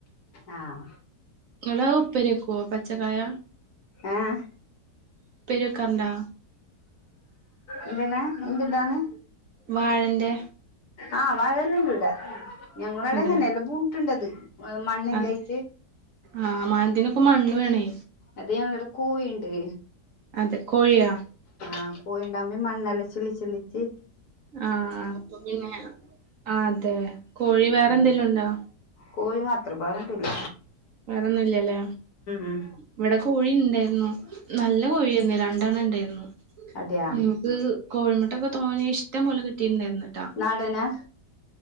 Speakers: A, on the left (about 65°); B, on the right (about 55°).
A: ആഹ്
B: ഇങ്ങളത് ഉപ്പേരി വെക്കോ പച്ചക്കായ
A: ഏഹ്
B: ഉപ്പേരി വെക്കാർണ്ടാ
A: എന്ത് ടാ എന്ത്ണ്ടോന്ന്
B: വാഴന്റെ
A: ആഹ് വാഴല്ലാ ണ്ട്വ്ടെ. ഞങ്ങളേടൊങ്ങനെല്ല
B: അതെ
A: ബൂട്ട്ണ്ടത്. ഏഹ് മണ്ണില്ലായിട്ട്
B: അത് ആഹ് മ അതിനൊക്കെ
A: ഉം
B: മണ്ണ് വേണേ
A: അത് ഞങ്ങളവ്ടെ കോയിണ്ട്.
B: അതെ കോഴിയാ
A: ആഹ് കോയിണ്ടാമി മണ്ണല്ലാം ചിള്ളി ചിള്ളിച്ച്
B: ആഹ് അപ്പൊ പിന്നേ ആതെ കോഴി വേറെന്തെലുംണ്ടോ
A: കോയി മാത്ര ബേറെന്തൂല്ല.
B: വേറെന്നുംല്ലാല്ലേ
A: ഉം
B: ഇവിടെ കോഴി ഇണ്ടായിരുന്നു നല്ല കോഴിയേന്നു ര ണ്ടണ്ണം ഇണ്ടായിരുന്നു.
A: അതെയാ
B: ഇൻക്ക് കോഴിമുട്ടൊക്കെ തോനെ ഇഷ്ടം പോലെ കിട്ടിണ്ടായാരുന്നൂട്ടാ.
A: നാടനാ